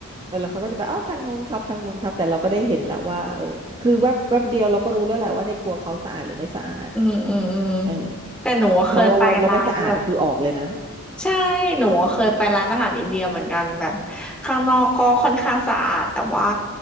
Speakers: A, on the right; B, in the centre.
A: เออแล้วเขาก็จะไปเอ้าทางนู้นครับทางนู้นครับแต่เราก็ได้เห็นแล้วว่าเออคือแวบแวบเดียวเราก็รู้แล้วแหละว่าในครัวเขาสะอาดหรือไม่สะอาด
B: อืมอืมอืม
A: เออ
B: แต่หนูเคยไปร้านแบบ
A: ถ้าว่าแวบเราไม่สะอาดคือออกเลยนะ
B: ใช่หนูเคยไปร้านอาหารอินเดียเหมือนกันแบบข้างนอกก็ค่อนข้างสะอาดแต่ว่า